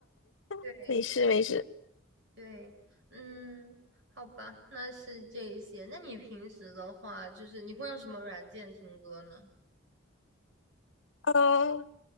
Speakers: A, on the right; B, on the left.
A: 对
B: <laughs> 没事没事，
A: 对，嗯，好吧，那是这一些。那你平时的话，就是你会用什么软件听歌呢？
B: 嗯、